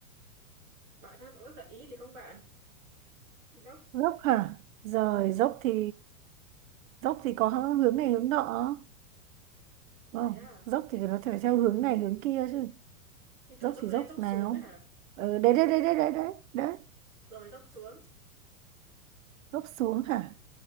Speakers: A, on the right; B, on the right.
A: bạn ơi bạn có gợi ý thì không bạn dốc
B: dốc hả rồi dốc thì dốc thì có hướng này hướng nọ đúng
A: thế
B: không
A: à
B: dốc thì nó phải theo hướng này hướng kia chứ
A: như
B: dốc
A: kiểu dốc
B: thì
A: lên
B: dốc
A: dốc
B: nào
A: xuống ấy hả
B: ừ, đấy đấy đấy đấy đấy đấy
A: rồi dốc xuống
B: dốc xuống hả